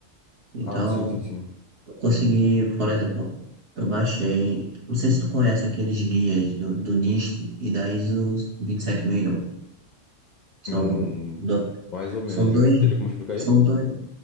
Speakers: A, on the right; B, on the left.
A: Então,
B: Ah, sim, sim, sim.
A: eu consegui, por exemplo, eu baixei, não sei se tu conhece aqueles guias do, do NIST e da ISO 27001. São,
B: Hum,
A: do,
B: mais ou menos.
A: são dois,
B: Teria como explicar aí?
A: são dois,